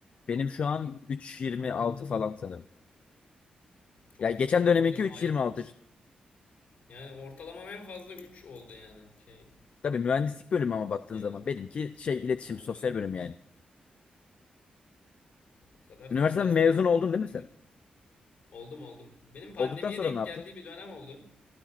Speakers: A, on the left (about 45°); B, on the left (about 65°).
A: Benim şu an üç virgül yirmi altı falan sanırım.
B: Çok
A: Ya geçen
B: iyi yani.
A: döneminki
B: Hiç, hayat,
A: 3.26.
B: hiç. Yani ortalamam en fazla 3 oldu yani. Şey,
A: Tabii mühendislik bölümü ama baktığın
B: genel
A: zaman
B: ortalama.
A: benimki şey iletişim
B: Aynen
A: sosyal
B: ya.
A: bölüm yani.
B: O kadar zor
A: Üniversiteden
B: dersler
A: mezun oldun
B: oldu
A: değil mi
B: ki.
A: sen?
B: Oldum oldum. Benim pandemiye
A: Olduktan sonra
B: denk
A: ne yaptın?
B: geldiği bir dönem oldu.